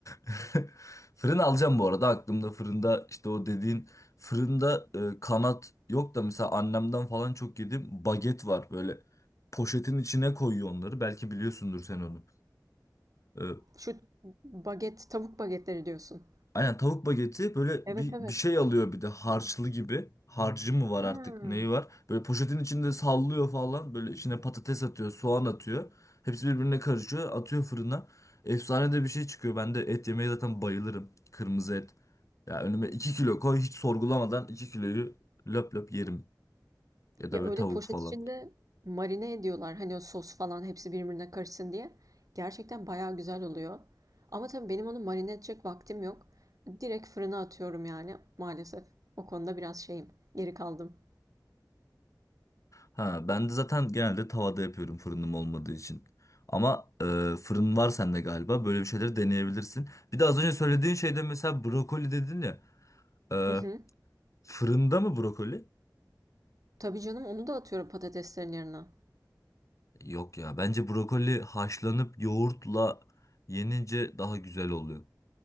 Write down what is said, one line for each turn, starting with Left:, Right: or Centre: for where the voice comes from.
Left: <laughs> Fırın alacağım bu arada. Aklımda fırında işte o dediğin fırında e, kanat yok da mesela annemden falan çok yedim. Baget var böyle. Poşetin içine koyuyor onları. Belki biliyorsundur sen onu. E,
Right: Şu baget, tavuk bagetleri diyorsun.
Left: Aynen tavuk bageti böyle
Right: Evet
Left: bir,
Right: evet.
Left: bir şey alıyor bir de harçlı gibi. Harcı mı var
Right: Ha.
Left: artık neyi var? Böyle poşetin içinde sallıyor falan. Böyle içine patates atıyor, soğan atıyor. Hepsi birbirine karışıyor, atıyor fırına. Efsane de bir şey çıkıyor. Ben de et yemeye zaten bayılırım. Kırmızı et. Ya önüme 2 kilo koy hiç sorgulamadan 2 kiloyu löp löp yerim. Ya
Right: Ya
Left: da böyle
Right: öyle
Left: tavuk
Right: poşet
Left: falan.
Right: içinde marine ediyorlar. Hani o sos falan hepsi birbirine karışsın diye. Gerçekten bayağı güzel oluyor. Ama tabii benim onu marine edecek vaktim yok. Direkt fırına atıyorum yani maalesef. O konuda biraz şeyim. Geri kaldım.
Left: Ha, ben de zaten genelde tavada yapıyorum fırınım olmadığı için. Ama e, fırın var sende galiba. Böyle bir şeyleri deneyebilirsin. Bir de az önce söylediğin şeyde mesela brokoli dedin ya. E,
Right: Hı hı.
Left: fırında mı brokoli?
Right: Tabii canım onu da atıyorum patateslerin yerine.
Left: Yok ya. Bence brokoli haşlanıp yoğurtla yenince daha güzel oluyor